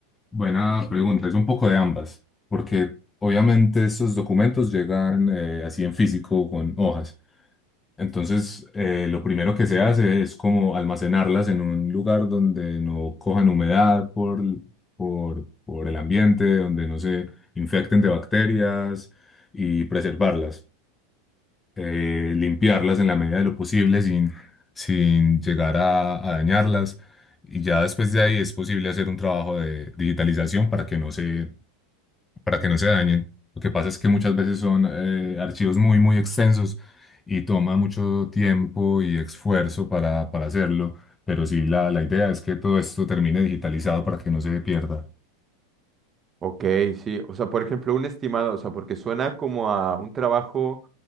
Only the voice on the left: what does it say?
buena pregunta, es un poco de ambas, porque obviamente esos documentos llegan eh, así en físico con hojas. Entonces, eh, lo primero que se hace es como almacenarlas en un lugar donde no cojan humedad por, por, por el ambiente, donde no se infecten de bacterias y preservarlas, Eh, limpiarlas en la medida de lo posible sin, sin llegar a, a dañarlas. Y ya después de ahí es posible hacer un trabajo de digitalización para que no se para que no se dañen. Lo que pasa es que muchas veces son eh, archivos muy, muy extensos y toma mucho tiempo y esfuerzo para, para hacerlo, pero sí, la, la idea es que todo esto termine digitalizado para que no se pierda.